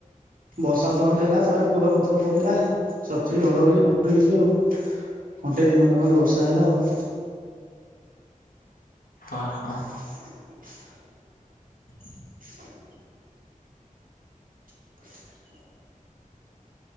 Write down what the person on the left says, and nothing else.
ହଁ ହଁ।
<inaudible>